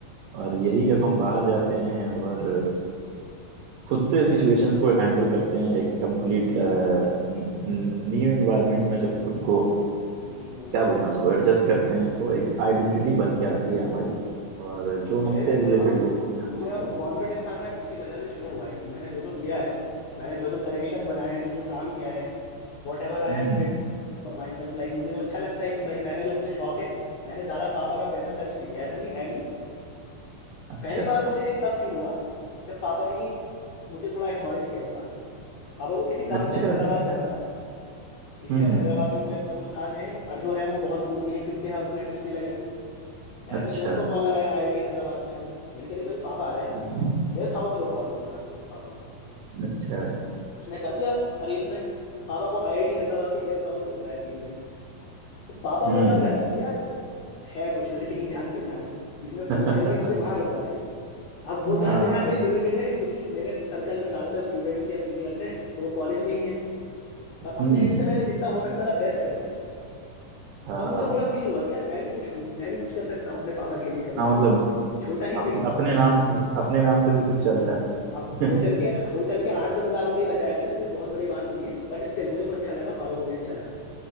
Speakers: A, on the right; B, on the left.
A: और यही जब हम बाहर जाते हैं और
B: हम्म,
A: खुद से सिचुएशंस को हैंडल करते हैं एक कंप्लीट
B: जी जी
A: न्यू इन्वायरमेंट में जब खुद को
B: हम्म
A: क्या बोलते हैं उसको एडजस्ट करते हैं तो एक आइडेंटिटी बन के आती है हमारी और जो
B: मुझे
A: हमसे रिलेटेड
B: हाँ
A: लोग होते
B: मुझे
A: हैं वहाँ
B: अब
A: पर
B: कॉन्फिडेंस आना इसी वजह से शुरू हुआ है कि मैंने जो जो किया है मैंने जो जो कनेक्शंस बनाए हैं जो जो काम किया है whatever I
A: हम्म
B: have did for myself like मुझे तो अच्छा लगता है कि भाई मैंने जो अपने शौक है मैंने ज़्यादा पापा का पैसा खर्च नहीं किया ऐसा नहीं है नहीं
A: अच्छा
B: पहली बार मुझे ये तब फील हुआ जब पापा ने ही मुझे थोड़ा एक्नॉलेज किया इस बात पे पापा को किसी काम
A: अच्छा
B: से हैदराबाद जाना था ठीक
A: हम्म
B: है अब हैदराबाद में कोई अपना कुछ खास है नहीं और जो है वो बहुत दूर गए हैं कि उनके यहाँ रुकना ठीक नहीं लगेगा मैंने
A: अच्छा
B: अपने दोस्त को कॉल लगाया आईआईटी हैदराबाद में है वो मैंने कहा "अरे भाई पापा आ रहे हैं
A: अच्छा
B: गेस्ट हाउस में रुकवा दो जरा पापा को
A: अच्छा
B: उसने कर दिया अरेंजमेंट पापा को आईआईटी हैदराबाद के गेस्ट हाउस में रुकवाया तीन दिन तो पापा
A: हम्म
B: को तब लगा कि यार है कुछ लड़के की जान पहचान इसने
A: <laughs>
B: फोन करके मुझे वहां रुकवा दिया अब वो
A: हाँ
B: जान पहचान मेरी लिमिटेड है क्योंकि मेरे सर्कल में ज्यादातर स्टूडेंट्स या सीनियर्स हैं तो वो कॉलेज में ही हैं पर
A: हम्म
B: अपने एंड से मैंने जितना हो सकता था बेस्ट कर दिया
A: हाँ
B: तब मुझे
A: हाँ
B: थोड़ा फील हुआ कि यार मैं भी कुछ हूँ मैं भी कुछ कर सकता हूँ अपने पापा के लिए कभी
A: हाँ,
B: कभी
A: मतलब
B: छोटा ही
A: अप,
B: सही
A: अपने नाम से अपने नाम से भी कुछ चलता
B: हाँ अब
A: है
B: होटल
A: <laughs>
B: के होटल के आठ दस हजार रुपये ही बचाए मैंने तो ये बहुत बड़ी बात नहीं है बट स्टिल मुझे तो अच्छा लगा पापा को भी अच्छा लगा